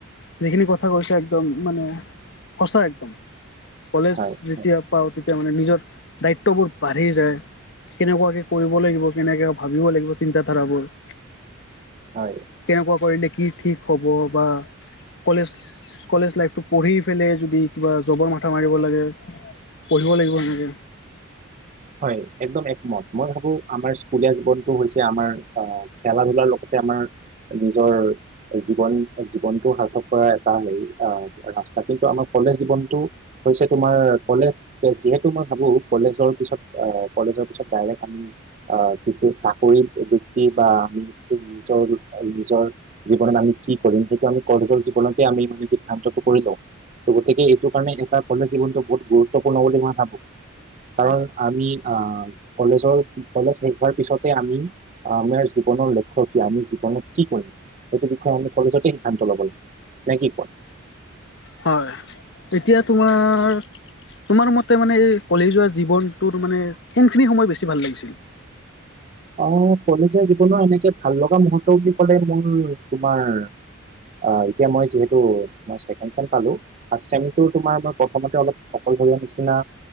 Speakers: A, on the left; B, on the right.
A: যিখিনি কথা কৈছে একদম মানে সঁচা একদম। কলেজ
B: হয়
A: যেতিয়া
B: হয়
A: পাওঁ তেতিয়া মানে নিজৰ দায়িত্ববোৰ বাঢ়ি যায় কেনেকুৱাকৈ কৰিব লাগিব, কেনেকৈ ভাবিব লাগিব চিন্তাধাৰাবোৰ। <inaudible>
B: হয়
A: কেনেকুৱা কৰিলে কি ঠিক হ'ব বা কলেজ- কলেজ লাইফটো পঢ়ি পেলাই, যদি কিবা জবৰ মাথা মাৰিব লাগে। পঢ়িব লাগিব এনেকে।
B: হয়। একদম একমত মই ভাবো আমাৰ স্কুলীয়া জীৱনটো হৈছে আমাৰ অঁ, খেলা ধুলাৰ লগতে আমাৰ- নিজৰ জীৱন জীৱনটো সাৰ্থক কৰা এটা হেৰি আহ ৰাস্তা কিন্তু আমাৰ কলেজ জীৱনটো হৈছে তোমাৰ কলেজ যিহেতু মই ভাবো কলেজৰ পিছত- অঁ কলেজৰ পিছত ডাইৰেক্ট আমি আহ কিছু চাকৰি বৃত্তি বা আমি নিজৰ নিজৰ জীৱনত আমি কি কৰিম, সেইটো আমি কলেজৰ জীৱনতে আমি মানে সিদ্ধান্তটো কৰি লওঁ। ত গতিকে এইটো কাৰণে এটা কলেজ জীৱনটো বহুত গুৰুত্বপূৰ্ণ বুলি মই ভাবো। কাৰণ- আমি আহ কলেজৰ, কলেজ শেষ হোৱাৰ পিছতে আমি- আমাৰ জীৱনৰ লক্ষ্য কি, আমি জীৱনত কি কৰিম, সেইটো বিষয়ে আমি কলেজতে সিদ্ধান্ত ল'ব লাগে। নে কি কোৱা?
A: হয়। তেতিয়া তোমাৰ, তোমাৰ মতে মানে, কলেজিয়া জীৱনটোৰ মানে, কোনখিনি সময়, বেছি ভাল লাগিছিল?
B: অঁ, কলেজীয়া জীৱনৰ এনেকে ভাল লগা মুহৰ্ত বুলি ক'লে, মোৰ তোমাৰ- অঁ, এতিয়া মই যিহেতু মই ছেকেণ্ড চেম পালোঁ। অ, শ্ৰেণীটো তোমাৰ মই প্ৰথমতে অলপ অকলশৰীয়া নিচিনা।